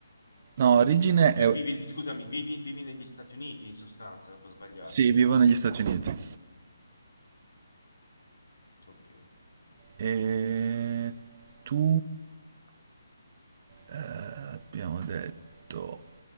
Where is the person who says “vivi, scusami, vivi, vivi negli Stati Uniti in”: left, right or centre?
Left